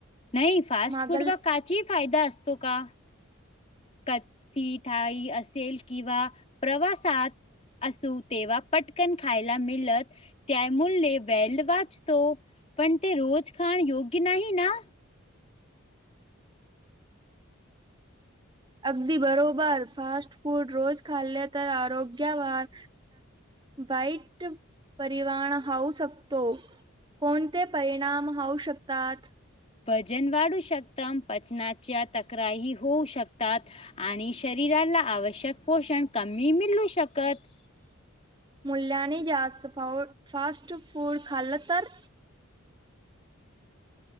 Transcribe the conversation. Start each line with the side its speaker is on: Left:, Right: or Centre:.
Left: नाही फास्ट
Right: मागल
Left: फूड व काचीही फायदा असतो का. कथी थाई असेल किंवा प्रवासात. प्रवासात असू तेव्हा पटकन खायला मिळत त्या मुल वेल वाच. पण ते रोज खाण योग्य नाही ना.
Right: अगदी बरोबर फास्ट फूड रोज खाल्ले तर आरोग्या वर. वाईट परिमाण हाऊ शकतो. कोणते परिणाम होवू शकतात.
Left: वजन वाढू शकत पचनाच्या तक्रारी होऊ शकतात. आणि शरीराला आवश्यक पोषण कमी मिळू शकत.
Right: मूल्याने जास्त फ फास्ट फूड खाल्लं तर